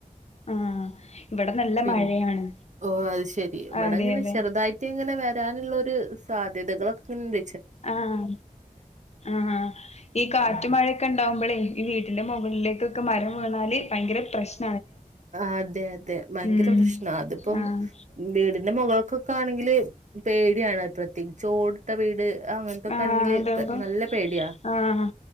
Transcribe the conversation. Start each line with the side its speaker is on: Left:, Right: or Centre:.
Left: ആഹ് ഇവിടെ നല്ല
Right: പിൻ
Left: മഴയാണ്
Right: ഓഹ് അത് ശെരി ഇവിടെങ്ങനെ
Left: അതെ അതെ
Right: ചെറുതായിട്ട് ഇങ്ങനെ വരാനുള്ളോരു സ് സാധ്യതകളക്കിണ്ട്
Left: ആഹ് ആഹ് അഹ് അഹ് ഈ കാറ്റും
Right: ഉം
Left: മഴയക്കെണ്ടാവുമ്പളേ ഈ വീട്ടിന്റെ മുകളിലേക്കൊക്കെ മരം വീണാല് ഭയങ്കര പ്രശ്
Right: അതെ അതെ ഭയങ്കര
Left: ഉം
Right: പ്രശ്ന അതിപ്പോം
Left: ആഹ്
Right: വീടിന്റെ മുക ക്കൊക്കണെങ്കില് പേടിയാണ് പ്രത്യേകിച്ച് ഓടിട്ട വീട് അങ്ങനത്തൊക്കെ
Left: ആഹ്
Right: ആണെങ്കില്
Left: അതേ പം
Right: നല്ല പേടിയാ
Left: ആഹ് അഹ്